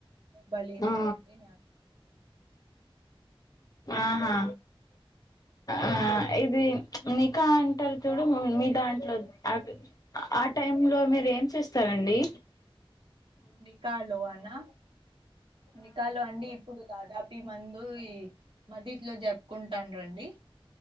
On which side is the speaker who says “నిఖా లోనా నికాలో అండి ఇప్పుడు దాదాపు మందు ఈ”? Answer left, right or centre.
Right